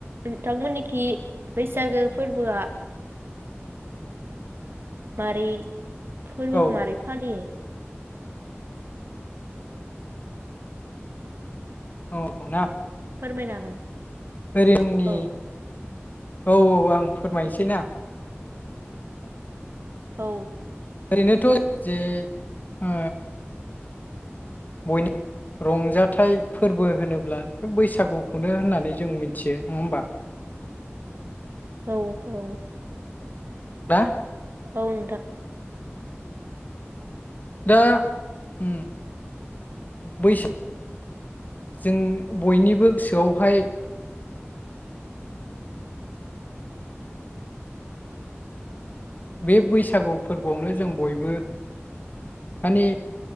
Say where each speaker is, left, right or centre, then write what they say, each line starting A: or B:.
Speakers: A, on the right; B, on the left.
A: नोंथांमोननिखि बैसागो फोरबोआ मारि? फोर्बोखौ
B: औ
A: मारै फालियो?
B: औ <unintelligible>
A: फोरमायनो हागोन।
B: फोरेंनि
A: औ
B: औ औ आं फोरमायनोसै ना
A: औ
B: ओरै नोथ जे ओ बयनि रंजाथाइ फोर्बो होनोब्ला बैसागुखौनो होननानै जों मिथियो नंङा होमबा?
A: औ औ
B: ना?
A: औ नोंथां।
B: दा उम बैसाग जों बयनिबो गोसआवहाय बे बैसागु फोर्बोआवनो जों बयबो माने